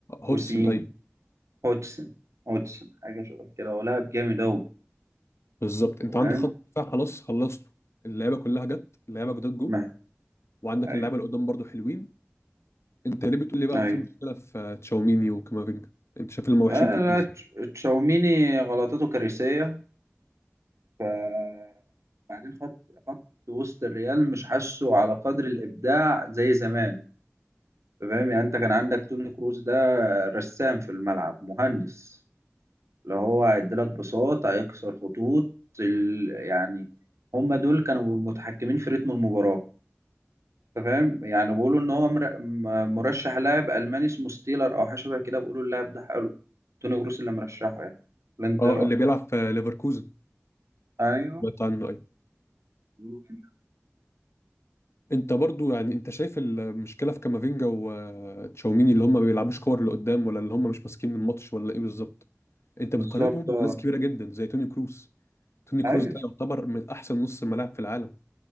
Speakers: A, on the left (about 65°); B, on the right (about 85°).
A: هودسون
B: حسين
A: ايوه
B: هوتسن هوتسن حاجه شبه كده هو لاعب جامد اوي
A: بالظبط انت عندك
B: فاهم
A: خط دفاع خلاص خلصته اللعيبه كلها جت اللعيبه جداد جم
B: ما
A: وعندك
B: ايوه
A: اللعيبه اللي قدام برضو حلوين انت ليه بتقول لي بقى
B: ايوه
A: في مشكله في تشاوميني وكامافينجا انت شايف اللي هم وحشين
B: آه،
A: في ايه
B: لا،
A: بالظبط
B: تش- تشاوميني غلطته كارثيه ف بعدين خط خط وسط الريال مش حاسه على قدر الابداع زي زمان أنت فاهم يعني انت كان عندك توني كروز ده رسام في الملعب مهندس اللي هو هيديلك بساط هيكسر خطوط ال... يعني هم دول كانوا متحكمين في رتم المباراة انت فاهم يعني بيقولوا ان هو مر... م- مرشح لاعب الماني اسمه ستيلر او حاجه شبه كده بيقولوا اللاعب ده حلو توني جروس اللي مرشحه يعني ولا انت
A: اه
B: إيه رأيك
A: اللي بيلعب في ليفركوزن
B: ايوه
A: سمعت عنه ايوه
B: بيقولوا كده.
A: انت برضو يعني انت شايف المشكله في كامافينجا وتشاوميني اللي هم ما بيلعبوش كور اللي قدام ولا اللي هم مش ماسكين الماتش ولا ايه بالظبط انت
B: بالظبط
A: بتقارنهم بناس
B: اه
A: كبيره جدا زي توني كروس توني كروس
B: ايوه
A: ده يعتبر من احسن نص ملاعب في العالم